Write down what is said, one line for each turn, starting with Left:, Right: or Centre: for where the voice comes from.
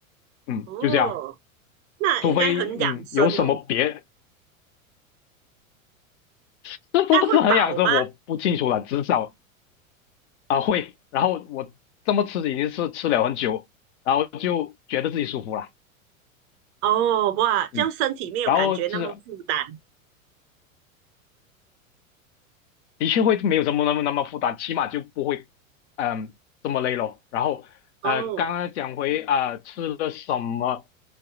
Left: 嗯，
Right: 哦，
Left: 就这样。
Right: 那应该很养生哦。
Left: 除非嗯有什么别 <laughs> 是不是很养生我不清楚了，
Right: 那会饱吗？
Left: 至少啊、呃会。然后我这么吃已经是吃了很久，然后就觉得自己舒服了，
Right: 哦，哇，
Left: 嗯，
Right: 这样身体没有感觉那么负担
Left: 然后这的确会没有这么那么那么负担，起码就不会嗯呃这么累咯。然后呃，
Right: 哦
Left: 刚刚讲回啊、呃吃了什么，